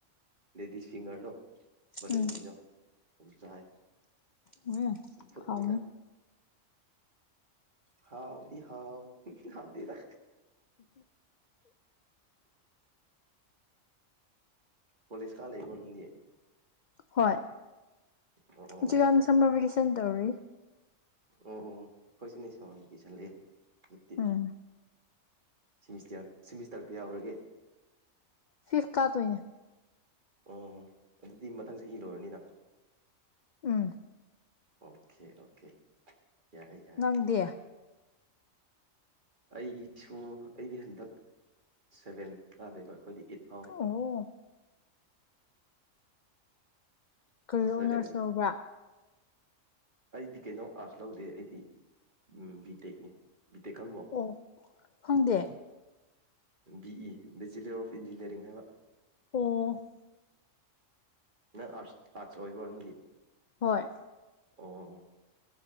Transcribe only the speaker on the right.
ꯂꯦꯗꯤꯁ ꯁꯤꯡꯒꯔꯗꯣ ꯕꯂꯦꯟꯗꯤꯗꯣ
ꯑꯗꯨꯝ ꯆꯥꯏ
ꯆꯝꯐꯨꯠꯅꯤꯗ
ꯍꯥꯎꯥꯎꯗꯤ ꯍꯥꯎ ꯍꯥꯎꯗꯤꯗ ꯀꯂꯤꯁ ꯀ ꯂꯩ ꯃꯟꯗꯤꯦ
ꯑꯣ
ꯑꯣ ꯀꯣꯏꯁꯨ ꯅ ꯁ ꯁꯦ
ꯁꯤꯃꯤꯁꯇꯔ ꯁꯤꯃꯤꯁꯇꯔ ꯀꯌꯥ ꯑꯣꯏꯒꯦ
ꯑꯣ ꯑꯗꯨꯗꯤ ꯃꯊꯪ ꯆꯍꯤ ꯂꯣꯏꯔꯅꯤꯅ
ꯑꯣꯀꯦ ꯑꯣꯀꯦ ꯌꯥꯏ ꯌꯥꯏ
ꯑꯩꯁꯨ ꯑꯩꯗꯤ ꯍꯟꯗꯛ ꯁꯚꯦꯟ ꯆꯥꯗꯦꯕ ꯑꯩꯈꯣꯏꯗꯤ ꯏꯠ ꯐꯥꯎꯅꯤ
ꯁꯚꯦꯟ
ꯑꯩꯗꯤ ꯀꯩꯅꯣ ꯑꯥꯔꯠꯁ ꯂꯧꯗꯦ ꯑꯩꯗꯤ ꯕꯤ ꯇꯦꯛꯅꯤ ꯇꯦꯛ ꯈꯪꯕ
B E bachelor of engineering ꯍꯥꯏꯕ
ꯅꯪ ꯑꯥꯠ ꯑꯥꯔꯠꯁ ꯑꯣꯏꯕ꯭ꯔꯣ ꯅꯪꯒꯤ
ꯑꯣ